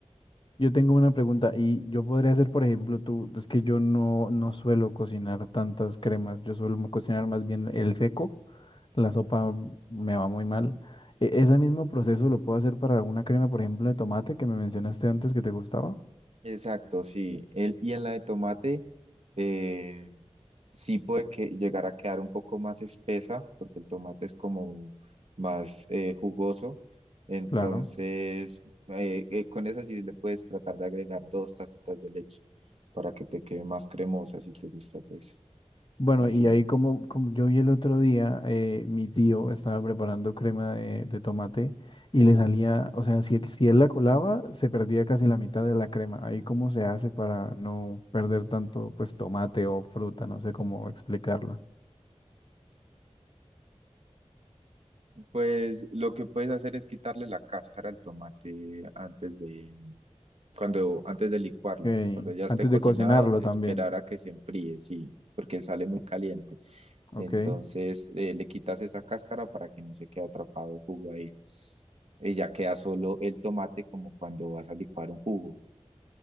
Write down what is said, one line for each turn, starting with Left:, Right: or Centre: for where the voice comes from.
Left: Yo tengo una pregunta y yo podría hacer, por ejemplo, tú, es que yo no, no suelo cocinar tantas cremas, yo suelo mo- cocinar más bien el seco, la sopa me va muy mal. E- ese mismo proceso lo puedo hacer para una crema, por ejemplo, de tomate que me mencionaste antes que te gustaba,
Right: Exacto, sí. El, y en la de tomate, eh, sí puede que llegar a quedar un poco más espesa, porque el tomate es como más eh, jugoso. Entonces,
Left: claro.
Right: eh, eh, con esa sí le puedes tratar de agregar dos tacitas de leche para que te quede más cremosa si te gusta, pues
Left: Bueno,
Right: así.
Left: y ahí como, como yo vi el otro día, eh, mi tío estaba preparando crema de, de tomate y le salía, o sea, si, si él la colaba, se perdía casi la mitad de la crema. Ahí cómo se hace para no perder tanto, pues, tomate o fruta, no sé cómo explicarlo.
Right: Pues lo que puedes hacer es quitarle la cáscara al tomate antes de, cuando, antes de licuarlo.
Left: Ok,
Right: Cuando ya esté
Left: Antes
Right: cocinado,
Left: de cocinarlo
Right: esperar
Left: también,
Right: a que se enfríe, sí, porque sale muy caliente.
Left: ¿ok?
Right: Entonces eh, le quitas esa cáscara para que no se quede atrapado el jugo ahí. Y ya queda solo el tomate como cuando vas a licuar un jugo.